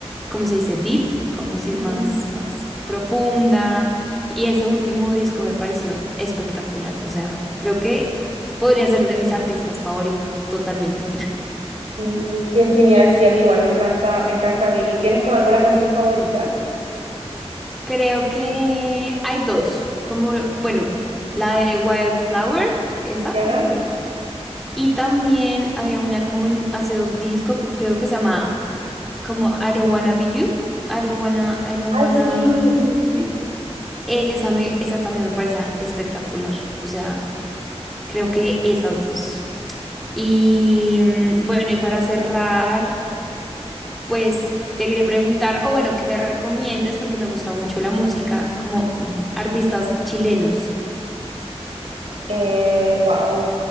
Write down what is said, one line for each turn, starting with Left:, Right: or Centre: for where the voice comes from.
Centre: ¿cómo se dice? Deep, como si
Right: Ujú.
Centre: más, más profunda, y ese último disco me pareció espectacular, o sea, creo que podría ser de mis artistas favoritas, totalmente.
Right: Sí, qué genial. Sí, a mí igual. Me encanta, me encanta Billy. ¿Tienes como alguna canción favorita?
Centre: Creo que hay dos, como, bueno, la de Wildflower, esa
Right: ¿Ya?
Centre: me gusta. Y también había una como en- hace dos discos que creo que se llama como I Don't Wanna Be You, I Don't Wanna, I Don't
Right: Ay,
Centre: Wanna.
Right: sí, sí, sí, sí.
Centre: Esa, me, esa también me parece espectacular, o sea, creo que esas dos. Y mm, bueno, y para cerrar, pues te quería preguntar, o bueno, que me recomiendes, porque me gusta mucho la música, como mm, artistas chilenos.
Right: Eh, wow.